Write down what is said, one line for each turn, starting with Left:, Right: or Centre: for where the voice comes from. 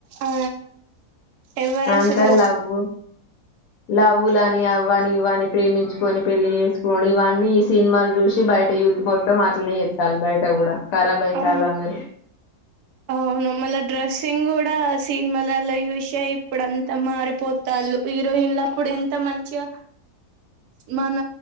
Right: ఆ ఎవరు
Left: అంత
Right: అసలు
Left: లవ్వు లవ్వులానీ అవ్వని ఇవ్వని వన్నీ ప్రేమించుకొని పెళ్లిి చేసుకోడి ఇవన్నీ ఈ సినిమాలు చూసి బయట యూత్ మొత్తం అట్నే చేతలు బయట కూడా ఖరాబ్ అయిత
Right: ఆ
Left: ఆళ్లు అందరూ
Right: అవును మళ్ళా డ్రెస్సింగ్ కూడా సీ నిమలలో చూసే ఇప్పుడు అంతా మారిపోతా లు హీరోయిన్లప్పుడు ఇంత మంచిగా మన